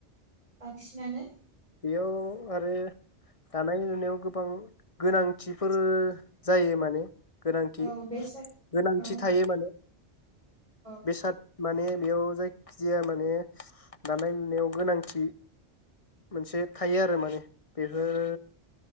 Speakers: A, on the right; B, on the left.
A: बांसिनानो
B: बेयाव आरो दानाय लुनायाव गोबां गोनां थिफोर जायो माने गोनांथि
A: औ बेसाद
B: गोनांथि
A: औ
B: थायो माने
A: औ
B: बेसाद माने बेयाव जायखिजाया माने दानाय लुनायाव गोनांथि मोनसे थायो आरो माने बेफोर